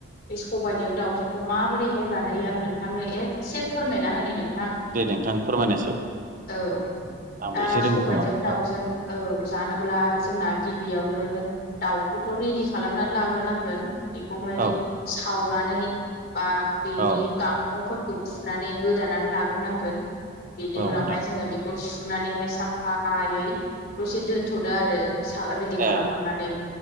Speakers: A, on the left (about 50°); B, on the right (about 40°).
A: स सबायजों दाउजोंखौ माबोरै हाय बानायो आङो नोंथांनो एसे फोरमायना होनो नों थां
B: दे नोंथां फोरमायनायसाय
A: औ
B: आंबो
A: दा
B: एसे रोङो
A: सबायजों
B: खोमा
A: दाउजों
B: औ
A: औ। जानोब्ला जोंना गिबियावनो दाउखौथ रेडि खालामनानै लाग्रोनांगोन। बेखौ हाय
B: औ
A: सावनानै बा बेनि
B: औ
A: गांखंफोर फुनानै गोदानानै लाग्रोनांगोन बेनि
B: औ
A: उनावहाय
B: नोंथां
A: जोङो बेखौ सु सुनानै हाय साफायै दसे दोनथ'दो आरो। सा रेडि
B: ए
A: खालाम खांनानै